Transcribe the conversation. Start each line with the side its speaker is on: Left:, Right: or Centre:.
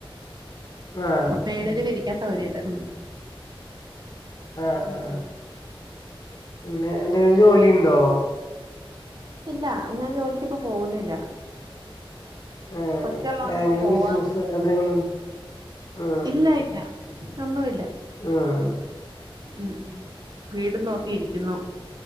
Left: ആഹ
Right: മേളില് വിരിക്കാൻ സൗകര്യണ്ട് ഉം
Left: ആഹ
Right: ഉം
Left: ആഹ
Right: ഉം
Left: പിന്നെ എന്തെങ്കിലും ജോലി ഉണ്ടോ
Right: ഇല്ല ഞാൻ ജോലിക്ക് ഇപ്പോ പോവുന്നില്ല
Left: ആഹ്
Right: കൊച്ച് ഒള്ളോണ്ട്
Left: ഏതെങ്കിലും
Right: ഇപ്പൊ പോവാറില്ലേ
Left: ബിസിനസ് എന്തെങ്കിലും ഉണ്ടോ ഉം
Right: ഇല്ല ഇല്ല ഒന്നുമില്ല
Left: ഉം
Right: ഉം ഉം വീടും നോക്കിയിരിക്കുന്നു